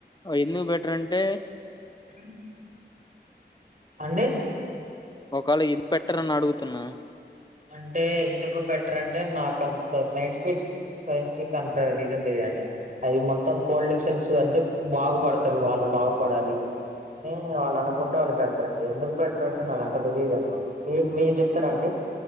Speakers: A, on the left (about 25°); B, on the right (about 45°).
A: ఎందుకు పెట్టారు అంటే
B: <inaudible> అండి
A: ఒకవేళ ఇది పెట్టరు అని అడుగుతున్నా
B: అంటే ఎందుకు పెట్టారంటే నాకు అంత సైంటిఫిక్ సైంటిఫిక్ అంత రీజన్ తెలీదండి ఐ మొత్తం పొలిటీషియన్స్ అంటే బాగుపడతారు వాళ్లు బాగుపడాలి టె వాళ్ళు అనుకుంటే వాళ్ళు బెడతారండి ఎందుకు బెటర్ అంటే నాకు అంత తెలిదుండి మీ మీరు చెప్తారా అండి